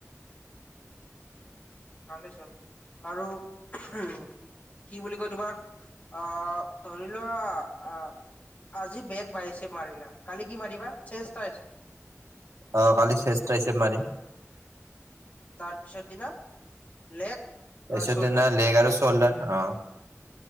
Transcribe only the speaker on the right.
অ কালি চেষ্ট ত্ৰাইচিপ মাৰিম।
পাছৰ
দিনা লেগ আৰু চোল্ডাৰ অ,